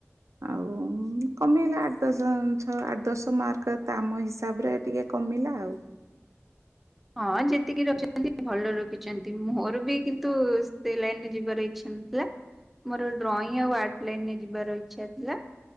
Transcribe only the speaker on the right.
ଆଉ କମେଇଲା ଆଠ ଦଶ ଛଅ ଆଠ ଦଶ ମାର୍କ ତ ଆମ ହିସାବରେ ଟିକେ କମି ଲା ଆଉ।